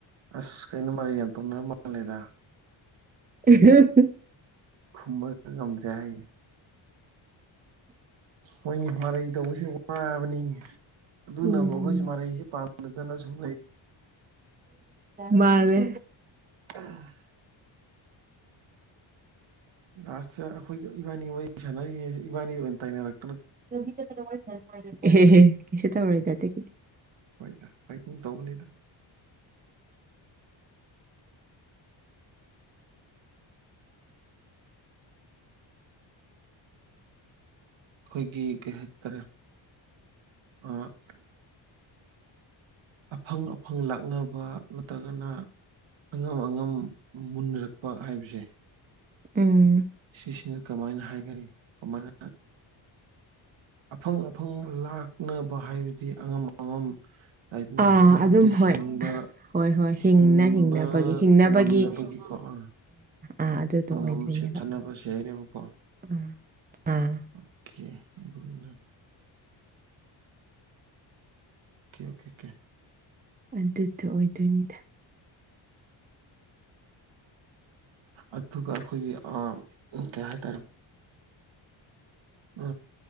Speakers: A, on the right; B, on the right.
A: ꯑꯁ ꯀꯩꯅꯣ ꯃꯔꯩ ꯌꯥꯝ ꯇꯧꯅꯔ ꯃꯥꯜꯂꯦꯗ
B: ꯑ
A: ꯈꯨꯝꯕ ꯉꯝꯗ꯭ꯔꯦ ꯍꯥꯏ ꯍꯣꯏ ꯃꯔꯩ ꯇꯧꯕꯁꯤ ꯋꯥꯕꯅꯤ ꯑꯗꯨꯅꯕꯨ
B: ꯎꯝ
A: ꯑꯩꯈꯣꯏꯁ ꯃꯔꯩꯁꯦ ꯄꯥ ꯑ ꯁꯨꯝ
B: ꯃꯥꯅꯦ
A: ꯑ ꯂꯥꯁꯇ ꯑꯩꯈꯣꯏꯒꯤ ꯏꯕꯥꯅꯤ ꯋꯥꯔꯤ ꯁꯥꯟꯅꯔꯤꯉꯩꯁꯤ ꯏꯕꯟꯅꯤ ꯑꯣꯏꯅ ꯇꯥꯏꯅꯔꯛꯀꯦ
B: ꯑꯦ ꯍꯦ ꯀꯩꯁꯨꯛ ꯇꯧꯔꯦꯢꯗ ꯑꯗꯨꯗꯤ
A: ꯍꯣꯏꯗ ꯐꯣꯏ ꯁꯨꯝ ꯇꯧꯕꯅꯤꯗ ꯑꯩꯈꯣꯏꯒꯤ ꯀꯩ ꯍꯥꯏꯇꯥꯔꯦ ꯑ ꯑꯐꯪ ꯑꯐꯪ ꯂꯥꯛꯅꯕ ꯅꯠꯇ꯭ꯔꯒꯅ ꯑꯉꯝ ꯑꯉꯝ ꯃꯨꯟꯅꯔꯛꯄ ꯍꯥꯏꯕꯁꯦ
B: ꯎꯝ
A: ꯁꯤꯁꯤꯅ ꯀꯃꯥꯏꯅ ꯍꯥꯏꯒꯅꯤ ꯀꯃꯥꯏꯅ ꯑꯐꯪ ꯑꯐꯪ ꯂꯥꯛꯅꯕ ꯍꯥꯏꯕꯗꯤ ꯑꯉꯝ ꯑꯉꯝ ꯍꯥꯏꯅꯤ
B: ꯑꯥ
A: ꯍꯧꯖꯤꯛ ꯃꯇꯝꯗ
B: ꯑꯗꯨꯝ
A: ꯍꯤꯡꯕ
B: ꯍꯣꯏ ꯍꯣꯏ ꯍꯣꯏ
A: ꯍꯤꯡꯕ
B: ꯍꯤꯡꯅ ꯍꯤꯡꯅꯕꯒꯤ ꯍꯤꯡꯅꯕꯒꯤ
A: ꯉꯝꯅꯕꯒꯤꯀꯣ ꯑꯥ
B: ꯑꯥ ꯑꯗꯨꯗꯣ ꯑꯣꯏꯗꯣꯏꯅꯦꯕ
A: ꯑ ꯁꯤ ꯊꯟꯅꯁꯅꯤꯕꯀꯣ
B: ꯑꯥ ꯑꯥ
A: ꯑꯣꯀꯦ ꯑꯣꯀꯦ ꯑꯣꯀꯦ ꯑꯣꯀꯦ
B: ꯑꯗꯨꯗ ꯑꯣꯏꯗꯣꯏꯅꯤꯗ
A: ꯑꯗꯨꯒ ꯑꯩꯈꯣꯏꯒꯤ ꯀꯩ ꯍꯥꯏꯇꯥꯔꯦ ꯑ